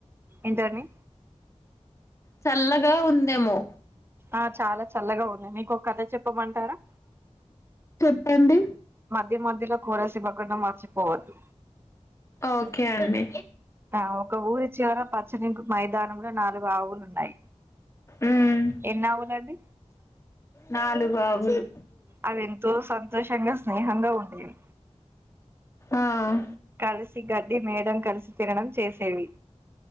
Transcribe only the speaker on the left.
చల్లగా ఉందేమో
ప్పుడండి
ఓకే అండి
ఉమ్
నాలుగు ఆవులు
ఆహ్